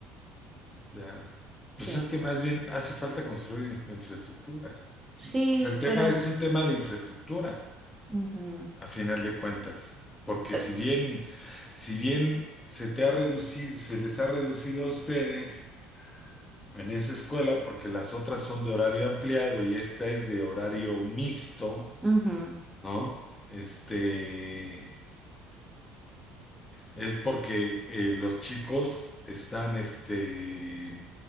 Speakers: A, on the left; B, on the right.
A: ¿ya?
B: Sí,
A: Pues es que más bien hace falta construir ins- infraestructura.
B: sí,
A: O sea, el tema
B: pero...
A: es un tema de infraestructura,
B: ujú,
A: a final de cuentas. Porque
B: pe-
A: si bien, si bien se te ha reducido, se les ha reducido a ustedes en esa escuela, porque las otras son de horario ampliado y esta es de horario mixto,
B: ujú,
A: ¿no? Este, es porque eh, los chicos están, este,